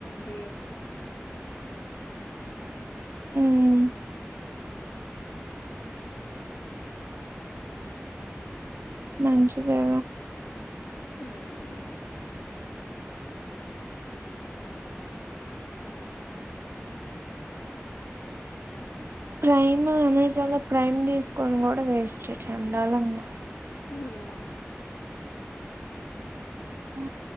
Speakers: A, on the left (about 60°); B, on the right (about 60°).
A: జియో
B: ఉమ్ మంచిదేగ
A: ఉమ్
B: ప్రైమ్ అమెజాన్ లో ప్రైమ్ తీసుకొని కూడా వేస్టే చెండాలంగ
A: ఉమ్
B: ఆ